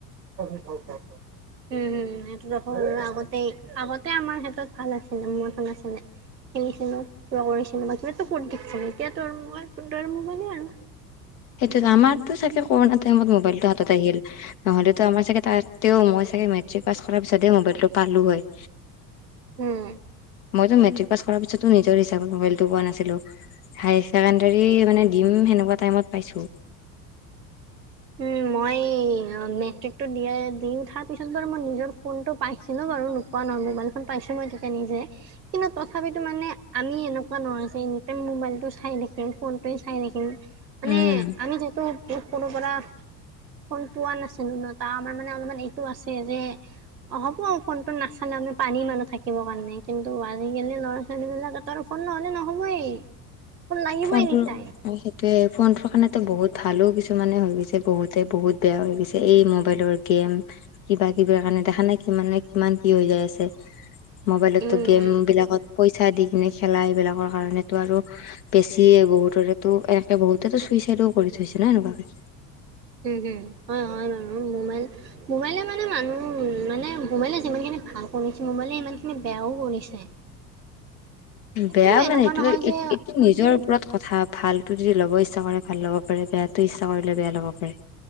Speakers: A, on the right (about 80°); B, on the left (about 55°).
A: হম হম এইটো ৰা আগতেই আগতে আমাৰ সিহঁত ভাল আছিলে মোৰ ভাল আছিলে। খেলিছিলো কিবা কৰিছিলো বাকী ফোন থছ এতিয়া তোৰ মোবাইল ফোন ত মোবাইলে আৰু
B: সেইটো আমাৰতো চাগে কৰোণা টাইমত মোবাইলটো হাতত আহিল নহলেতো আমাৰ চাগে। তাত তে মই চাগে মেট্ৰিক পাছ কৰাৰ পিছত মোবাইলটো পাৰালো হয়।
A: উম
B: মই মেট্ৰিক পাছ কৰা পাছতো নিজৰ ইচ্ছামতে মোবাইল টো পোৱা নাছিলো। হাইছেকেন মানে দিম সেনেকুৱা টাইমত পাইছো।
A: উম মই এই মেট্ৰিক টো দিয়াই দি উঠাৰ পিছত বাৰু মই নিজৰ ফোন টো পাইছিলো। বাৰু নোৱা নহয় মোবাইল ফোন পাইছো মই তেতিয়া নিজে কিন্তু তথাপিতো মানে আমি এনেকুৱা নহয় যে মোবাইলটো চাই থাকিম ফোনটোৱে চাই থাকিম মানে
B: উম
A: আমি যিহেতু সৰুৰ পৰা। <unintelligible> ফোন পোৱা নাছিলো ন তাৰ আমাৰ মানে অলপমান এইটো আছে যে অ হ'ব ফোনটো নাচালে আমি। পানী মানুহ থাকিব কাৰণে কিন্তু আজিকালি ল'ৰা ছোৱালী বিলাক ত আৰু ফোন নহ'লে নহ'বই ফোন লাগিবই
B: ফোনটো
A: এনি টাইম
B: অ সেইটোয়ে ফোনটোৰ কাৰণেতো বহুত ভালো কিছুমানে হৈ গৈছে বহুতে বহুত বেয়া হৈ গৈছে এই মোবাইলৰ গেম কিবা কিবি কাৰণে। মানে দেখা নাই কিমানে কিমান কি হৈ যায় আছে। মবাইলতো
A: উম
B: গেম বিলাকত পইচা দি কিনে খেলা এইবিলাকৰ কাৰণেতো আৰু বেছিয়ে বহুতৰে এনেকে বহুতে চুইচাইডও কৰি থৈছে ন এনেকুৱা
A: উম হম হয় হয় বাৰু মোবাইল মোবাইলে মানে মানুহ মানে মোবাইলে যিমানখিনি ভাল কৰিছে মোৰ মানে ইমান খিনি বেয়াও কৰিছে।
B: বেয়া
A: কিন্তু এনেকুৱা
B: মানে এইটো
A: নহয় যে
B: এইটো নিজৰ ওপৰত কথা ভাল। তটো যদি লব ইচ্ছা কৰে ভাল ল'ব পাৰে, বেয়াতটো ইচ্ছা কৰিলে বেয়া ল'ব পাৰে।